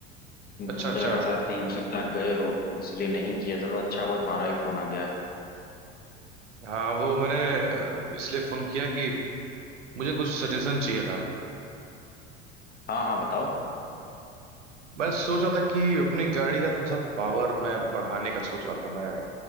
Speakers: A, on the left (about 25°); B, on the right (about 75°).
A: लेकिन
B: अच्छा
A: फिर मुझे
B: अच्छा
A: लगा शायद कहीं हो सकता है गए हो इसीलिए नहीं किया चलो अच्छा हुआ तुम्हारा ही फोन आ गया
B: हाँ वो मैंने अ, इसलिए फोन किया कि मुझे कुछ सजेशन चाहिए था
A: हाँ हाँ बताओ
B: मैं सोच रहा था कि अपनी गाड़ी का थोड़ा सा पावर मैं बढ़ाने का सोच रहा था मैं